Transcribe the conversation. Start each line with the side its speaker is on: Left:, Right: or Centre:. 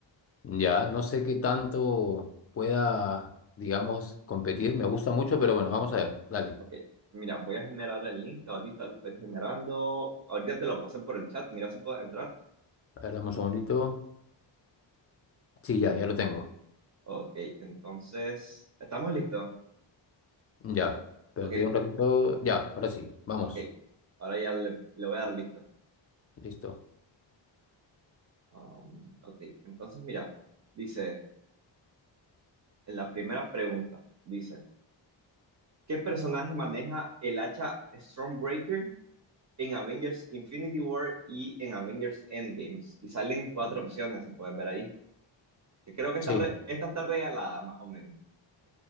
Left: Ya, no sé qué tanto pueda, digamos, competir, me gusta mucho, pero bueno, vamos a ver, dale.
Right: Ok, mira, voy a generar el link, ahorita lo estoy generando, ahorita te lo pasé por el chat, mira si puedes entrar.
Left: A ver, dame un segundito. Sí, ya, ya lo tengo.
Right: Ok, entonces, ¿estamos listos?
Left: Ya, espérate
Right: Ok,
Left: un ratito. Ya, ahora sí, vamos.
Right: Ok, ahora ya le, le voy a dar listo.
Left: Listo.
Right: Um, ok, entonces mira, dice, en la primera pregunta, dice, ¿qué personaje maneja el hacha Stormbreaker en Avengers Infinity War y en Avengers Endgames? Y salen cuatro opciones, si puedes ver ahí. Que creo que esta
Left: Sí,
Right: re- esta está regalada, más o menos.